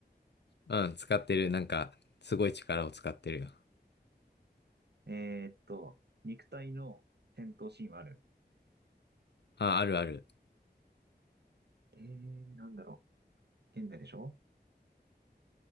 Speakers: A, on the left (about 80°); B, on the right (about 75°).
A: うん、使ってる。なんか、すごい力を使ってるよ。
B: えーっと、肉体の戦闘シーンはある。
A: あ、あるある。
B: えー、なんだろう。現代でしょ